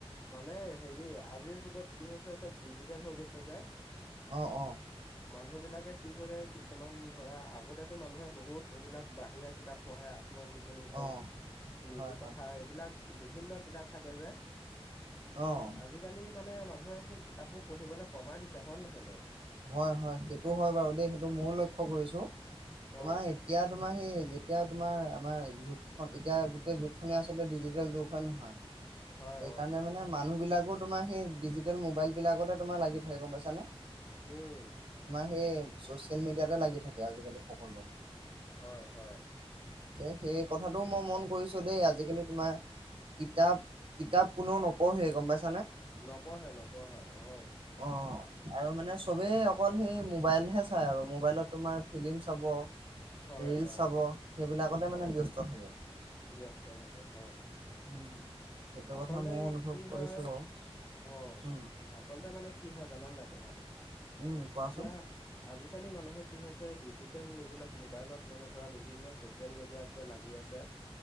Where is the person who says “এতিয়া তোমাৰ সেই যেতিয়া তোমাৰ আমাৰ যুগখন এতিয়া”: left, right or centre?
Right